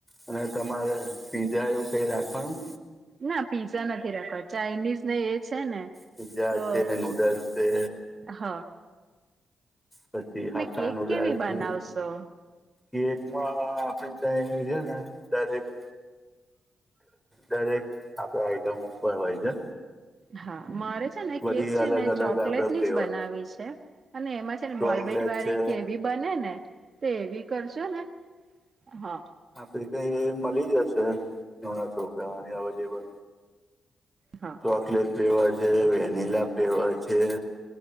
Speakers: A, in the centre; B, on the right.
A: અને તમારે પીઝા એવું કઈ રાખવાનું.
B: ના પીઝા નથી રાખવા ચાઇનીઝ ને એ છે ને
A: પીઝા
B: તો
A: છે નૂડલ્સ છે
B: હ.
A: પછી હાકાનું
B: કેક
A: ઉડાલશે.
B: કેવી બનાવશો
A: કે એકમાં <unintelligible> ડાયરેક્ટ દરેક આપડા આઈટમ ઉપર હોય છે.
B: હા મારે છે ને
A: બધી
B: કેક છે
A: અલગ
B: ને
A: અલગ
B: ચોકલેટ
A: આપણે
B: ની
A: ફ્લેવર
B: જ બનાવી છે અને એમાં છે ને
A: ચોકલેટ
B: બોલબેટ વાળી
A: છે
B: કે એવી બને ને તો એવી કરશો ને, હા.
A: આપે કઈ એ મળી જશે નાના છોકરાને અવેલેબલ
B: હા.
A: ચોકલેટ ફ્લેવર છે વેનિલા ફ્લેવર છે..